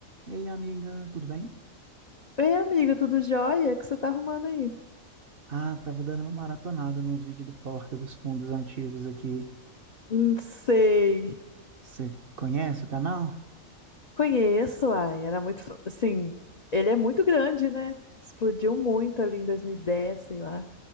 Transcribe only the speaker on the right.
Ei, amiga, tudo bem?
Ah, tava dando uma maratonada nos vídeos do Porta dos Fundos antigos aqui.
Você conhece o canal?